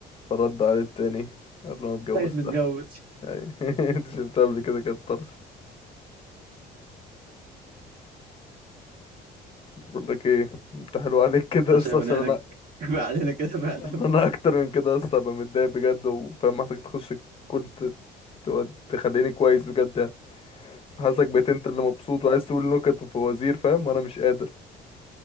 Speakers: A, on the left (about 35°); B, on the right (about 55°).
A: فرد عليه التاني قال له انا اتجوزتها
B: بقيت متجوز
A: يعني <laughs> انت شفتها قبل كده كانت طرش بقول لك ايه انت حلو عليك كده
B: انا
A: اصلا
B: شايف ان
A: عشان
B: احنا
A: انا
B: كفاية علينا <laughs> كده فعلا
A: ان انا اكتر من كده اصلا ابقى متضايق بجد وفاهم محتاج تخش كل ت- تود- تخليني كويس بجد يعني حاسسك بقيت انت اللي مبسوط وعايز تقول نكت وفوازير فاهم وانا مش قادر